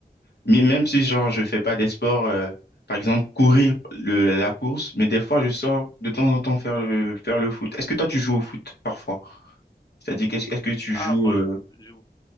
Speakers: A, on the left (about 75°); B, on the left (about 25°).
A: Mais même si, genre, je fais pas des sports, euh, par exemple, courir le, la course, mais des fois, je sors de temps en temps faire le, faire le foot. Est-ce que toi, tu joues au foot, parfois? C'est-à-dire, qu'est-ce- est-ce que tu
B: Ah
A: joues...
B: moi,
A: Euh,
B: je je